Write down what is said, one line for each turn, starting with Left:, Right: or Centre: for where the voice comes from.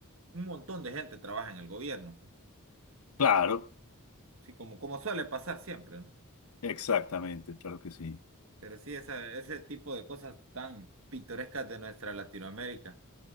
Right: un montón de gente trabaja en el gobierno, ¿no?
Left: Claro,
Right: Sí, como, como suele pasar siempre, ¿no?
Left: exactamente, claro que sí.
Right: Pero sí, esa, ese tipo de cosas tan pintorescas de nuestra Latinoamérica.